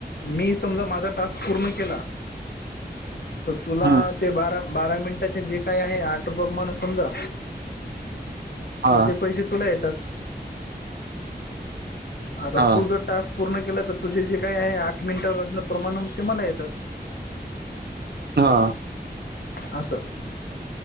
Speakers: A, on the left; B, on the right.
A: मी समजा, माझा टास्क पूर्ण केला. त तुला
B: हम्म,
A: ते बारा, बारा मिंनटाचे जे काय आहे आठ रुपये पमाण समजा,
B: हा
A: त ते पैशे तुला येतात. आता
B: हा
A: तू जर टास्क पूर्ण केला तर तुझे जे काय आहे आठ मिंनटापसन प्रमाण ते मला येतात.
B: हा.
A: आस.